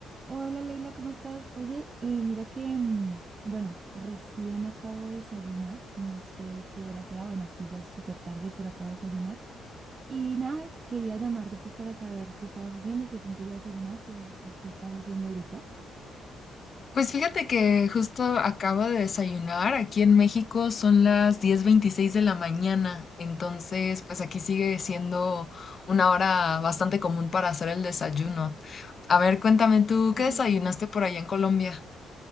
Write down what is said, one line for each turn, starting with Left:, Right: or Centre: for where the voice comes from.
Right: Hola Leila, ¿cómo estás? Oye, eh, mira que, mm, bueno, recién acabo de desayunar, no sé qué hora sea, bueno, aquí ya es súper tarde, pero acabo de desayunar. Y nada, quería llamarte pues para saber qué estabas haciendo, si de pronto ya desayunaste o, o qué estás haciendo ahorita.
Left: Pues fíjate que justo acabo de desayunar. Aquí en México son las diez veintiséis de la mañana, entonces pues aquí sigue siendo una hora bastante común para hacer el desayuno. A ver, cuéntame tú,
Right: <laughs>
Left: ¿qué desayunaste
Right: Súper.
Left: por allá en Colombia?